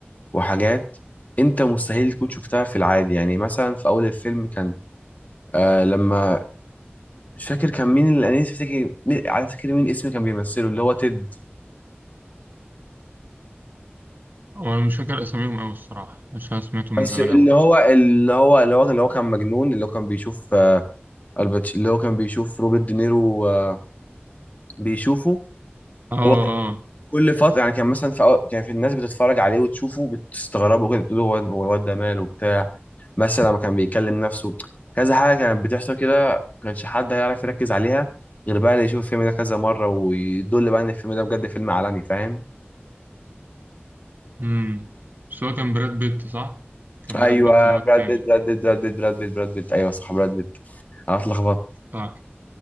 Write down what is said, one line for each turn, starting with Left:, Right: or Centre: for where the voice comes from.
Left: وحاجات انت مستحيل تكون شفتها في العادي يعني مثلا في اول الفيلم كان آه لما مش فاكر كان مين اللي انا نفسي افتكر على فكره مين اسم كان بيمثله اللي هو تيد
Right: وأنا مش فاكر أساميهم أوي الصراحة عشان أنا سمعته من
Left: بس
Right: زمان
Left: اللي
Right: أوي
Left: هو اللي هو اللي هو اللي هو كان مجنون اللي هو كان بيشوف آه، الباتش اللي هو كان بيشوف روبرت دينيرو آه، بيشوفه
Right: آه آه
Left: هو كان كل فتره يعني كان مثلا في أول- كان في الناس بتتفرج عليه وتشوفه بتستغربه كده بتقول هو هو الواد ده ماله وبتاع مثلا لما كان بيكلم نفسه كذا حاجه كانت بتحصل كده ما كانش حد هيعرف يركز عليها غير بقى اللي يشوف الفيلم ده كذا مره ويدل بقى ان الفيلم ده بجد فيلم عالمي فاهم
Right: امم بس هو كان براد بيت صح؟ كان
Left: ايوه
Right: براد بيت اللي هو
Left: براد
Right: التاني
Left: بيت براد بيت براد بيت براد بيت براد بيت ايوه صح براد بيت انا اتلخبطت
Right: صح